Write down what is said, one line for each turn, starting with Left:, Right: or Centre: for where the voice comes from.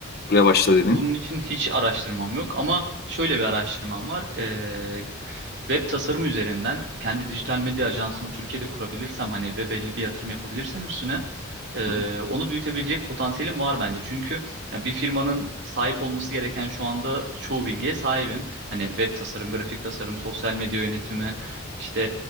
Left: revaçta dedin.
Right: bunun için hiç araştırmam yok ama şöyle bir araştırmam var. Ee, web tasarım üzerinden kendi dijital medya ajansımı Türkiye'de kurabilirsem hani ve belli bir yatırım yapabilirsem üstüne Ee,
Left: Hı hı.
Right: onu büyütebilecek potansiyelim var bence. Çünkü ya bir firmanın sahip olması gereken şu anda çoğu bilgiye sahibim. Hani web tasarım, grafik tasarım, sosyal medya yönetimi, işte